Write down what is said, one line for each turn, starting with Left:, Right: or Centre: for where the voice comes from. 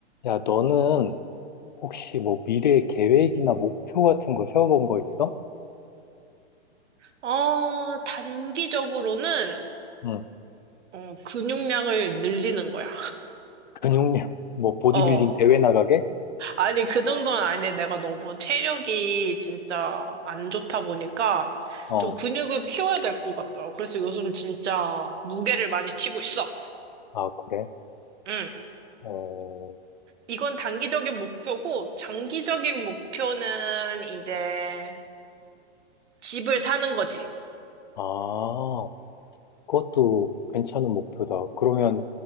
Left: 야, 너는 혹시 뭐 미래 계획이나 목표 같은 거 세워본 거 있어?
Right: 어, 단기적으로는,
Left: 응.
Right: 어, 근육량을 늘리는 거야.
Left: 근육량, 뭐 보디빌딩
Right: 어,
Left: 대회 나가게?
Right: 아니, 그 정도는 아니야. 내가 너무 체력이 진짜 안 좋다 보니까
Left: 어,
Right: 좀 근육을 키워야 될 것 같더라고. 그래서 요즘 진짜 무게를 많이 치고 있어.
Left: 아, 그래?
Right: 응.
Left: 어,
Right: 이건 단기적인 목표고, 장기적인 목표는 이제 집을 사는 거지.
Left: 아, 그것도 괜찮은 목표다. 그러면